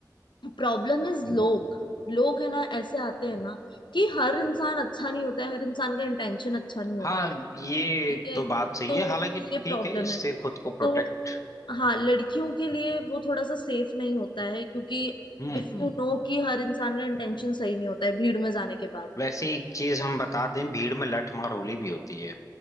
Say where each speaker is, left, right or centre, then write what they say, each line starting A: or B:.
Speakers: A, on the left; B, on the left.
A: प्रॉब्लम इज लोग लोग है ना ऐसे आते हैं ना कि हर इंसान अच्छा नहीं होता है हर इंसान का इंटेंशन अच्छा नहीं होता
B: हाँ
A: है
B: ये
A: ठीक है
B: तो बात सही
A: तो
B: है हालांकि
A: ये
B: ठीक
A: प्रॉब्लम
B: है इससे
A: है
B: खुद को प्रोटेक्ट
A: तो हाँ लड़कियों के लिए वो थोड़ा सा सेफ नहीं होता है क्योंकि
B: हम्म
A: इफ
B: हम्म
A: यू
B: हम्म।
A: नो कि हर इंसान का इंटेंशन सही नहीं होता है भीड़ में जाने के बाद
B: वैसे एक चीज हम बता दें भीड़ में लठमार होली भी होती है